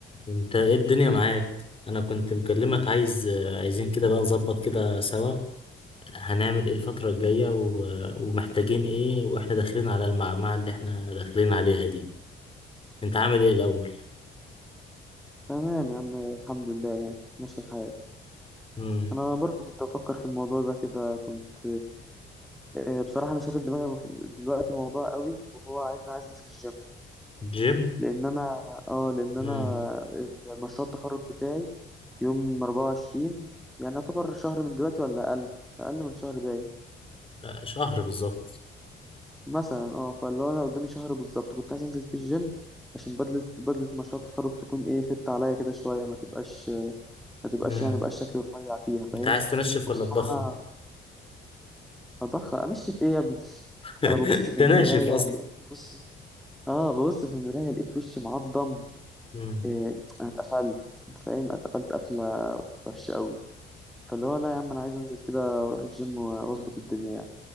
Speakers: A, on the left; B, in the centre.
A: انت ايه الدنيا معاك انا كنت مكلمك عايز عايزين كده بقى نظبط كده سوا هنعمل ايه الفترة الجاية و... ومحتاجين ايه واحنا داخلين على المعمعة اللي احنا داخلين عليها دي انت عامل ايه الاول
B: تمام يا عم الحمد لله يعني ماشي الحال
A: امم
B: انا برضو كنت افكر في الموضوع ده كده كنت آه، بصراحه انا شاغل دماغي بف- دلوقتي موضوع قوي وهو عايز انا عايز انزل الجيم
A: جيم
B: لان انا اه لان انا
A: امم
B: مشروع التخرج بتاعي يوم 24 يعني يعتبر شهر من دلوقتي ولا اقل اقل من شهر باقي
A: آه، شهر بالظبط
B: مثلا اه فاللي هو انا قدامي شهر بالظبط كنت عايز انزل في الجيم عشان بدله بدله مشروع التخرج تكون ايه فت عليا كده شويه ما تبقاش ما تبقاش
A: امم
B: يعني بقاش شكلي رفيع فيها فاهم
A: انت عايز تنشف
B: وبصراحه
A: ولا تضخم
B: اضخ انشف ايه يا ابني
A: <laughs>
B: انا ببص في
A: تناشف
B: المرايه
A: اصلا
B: لقيت وشي اه ببص في المرايه لقيت وشي معضم
A: امم
B: إيه انا اتقفلت انت فاهم اتقفلت قفله وحشه قوي فاللي هو لا يا عم انا عايز انزل كده اروح الجيم و- واظبط الدنيا يعني